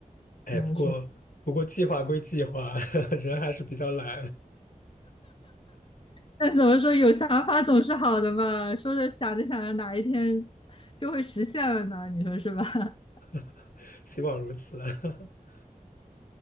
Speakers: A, on the left; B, on the left.
A: 哎，
B: 怎么说？
A: 不过不过计划归计划，<laughs> 人还是比较懒，
B: 但怎么说，有想法总是好的吧？说着想着想着，哪一天就会实现了呢？你说是吧？<laughs>
A: <laughs> 希望如此。<laughs>